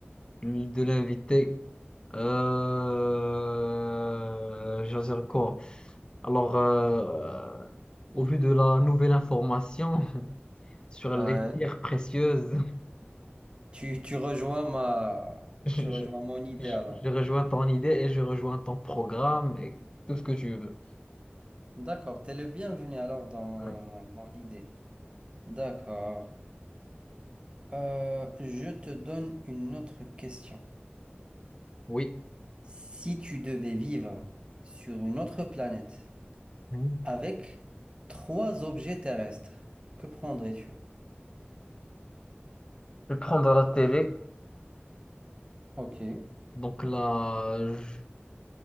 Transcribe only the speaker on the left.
de l'invité. Euh, je veux dire quoi? Alors, euh, euh, au vu de la nouvelle information <laughs> sur
les pierres précieuses,
<laughs> je,
je-
je-
je rejoins ton idée et je rejoins ton programme et tout ce que tu veux.
Ouais.
Oui.
Mhm.
Je vais prendre la télé.
Donc là, je-